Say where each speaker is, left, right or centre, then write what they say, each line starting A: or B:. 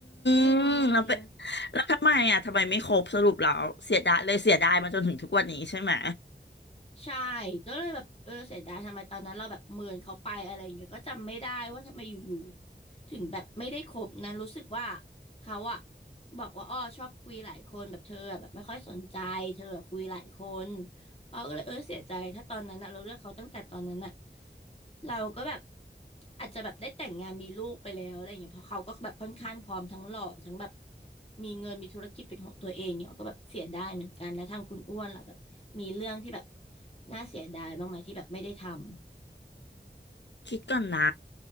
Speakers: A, on the left (about 35°); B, on the left (about 75°).
A: อื
B: มแล้วไป
A: ม
B: แล้วทำไมอ่ะทำไมไม่ครบสรุปแล้วเสียดายเลยเสียดายมาจนถึงทุกวันนี้ใช่ไหม
A: ใช่ก็เลยแบบเออเสียดายทำไมตอนนั้นเราแบบเมินเขาไปอะไรอย่างเงี้ยก็จำไม่ได้ว่าทำไมอยู่ๆถึงแบบไม่ได้คบนะรู้สึกว่าเขาอะบอกว่าอ้อชอบคุยหลายคนแบบเธออะแบบไม่ค่อยสนใจเธออะคุยหลายคน เ๋าก็เลยเออเสียใจถ้าตอนนั้นอะเราเลือกเขาตั้งแต่ตอนนั้นอะเราก็แบบอาจจะแบบได้แต่งงานมีลูกไปแล้วอะไรอย่างเงี้ยเพราะเขาก็แบบค่อนข้างพร้อมทั้งหล่อทั้งแบบมีเงินมีธุรกิจเป็นของตัวเองเนี่ยเราก็แบบเสียดายเหมือนกันแล้วทางคุณอ้วนล่ะแบบมีเรื่องที่แบบน่าเสียดายบ้างไหมที่แบบไม่ได้ทำ
B: คิดก่อนนะ